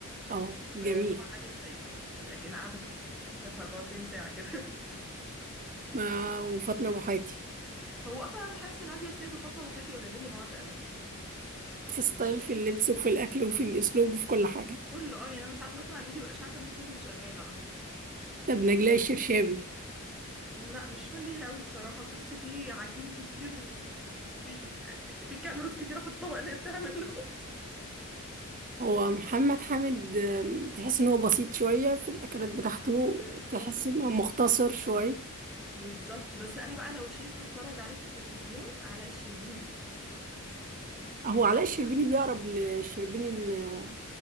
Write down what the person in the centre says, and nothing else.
وطبعا ناديه السيد ده اكيد انا قاعده في صفحتها 24 ساعه كده
<laughs> هو اصلا انا بحس ان ناديه السيد وفاطمه ابو حياتي قريبين لبعض قوي
كله اه يعني انا ساعات بسمع الفيديو مبقاش عارفه مين فيهم اللي شغاله اصلا
لا مش فان ليها قوي بصراحة بحس فيه عجين كتير و- وفي في كالوريز كتيرة في الطبق اللي هي بتعمله
<laughs> بالظبط
بالظبط بس انا بقى لو شيف هتفرج عليه في التلفزيون علاء الشربيني